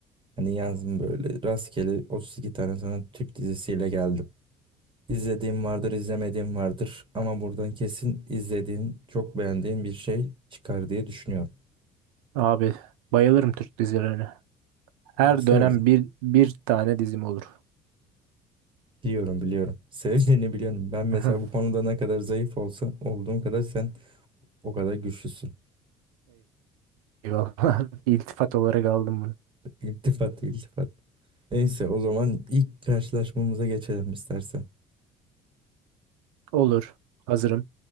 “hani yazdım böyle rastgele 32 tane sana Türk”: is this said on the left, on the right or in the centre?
Right